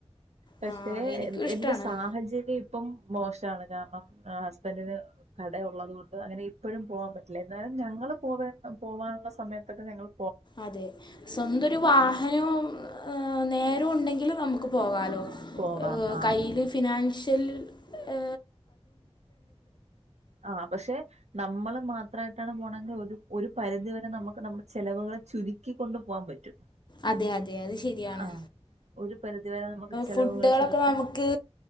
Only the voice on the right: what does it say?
പക്ഷെ
എ എന്റെ
സാഹചര്യം ഇപ്പം മോശാണ് കാരണം ങാ പ്പം അപ്പന് കട ഉള്ളത് കൊണ്ട് അങ്ങനെ ഇപ്പോഴും പോവാൻ പറ്റില്ല എന്നാലും ഞങ്ങൾ പോവേ പോവാനുള്ള സമയത്തൊക്കെ ഞങ്ങള്
പോ-
പോവാം ആഹ്
ആ പക്ഷെ നമ്മള് മാത്രായിട്ടാണ് പോണെങ്കി ഒരു ഒരു പരിധി വ നമുക്ക് നമ്മുടെ ചെലവുകളെ ചുരുക്കിക്കൊണ്ടു പോകാൻ പറ്റും
ആഹ് ഒരു പരിധിവരെ നമുക്ക് ചെലവുകൾ
ചുരുക്കി